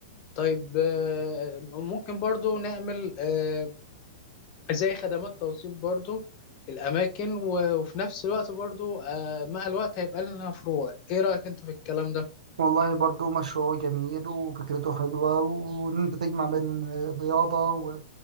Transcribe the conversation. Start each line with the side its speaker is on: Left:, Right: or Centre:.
Left: طيب آه، ممكن برضو نعمل آه، زي خدمات توصيل برضو الأماكن و- وفي نفس الوقت برضو آه، مع الوقت هيبقى لنا فروع إيه رأيك أنت في الكلام ده؟
Right: والله برضو مشروع جميل وفكرته حلوة وإن أنت تجمع بين الرياضة و...